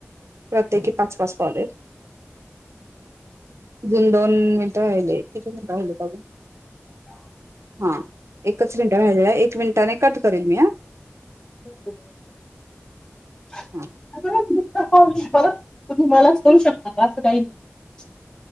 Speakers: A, on the right (about 80°); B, on the left (about 15°).
A: प्रत्येकी पाच पाच कॉल हेत अजून दोन मिन्ट राहिले किती मिन्ट राहिलेत अजून हा एकच मिनटं राहिलेला एक मिनिटाने कट करेल मी हा
B: <inaudible>
A: हा
B: दुसरा परत तुम्ही मलाच करू शकता का? असं काही नाही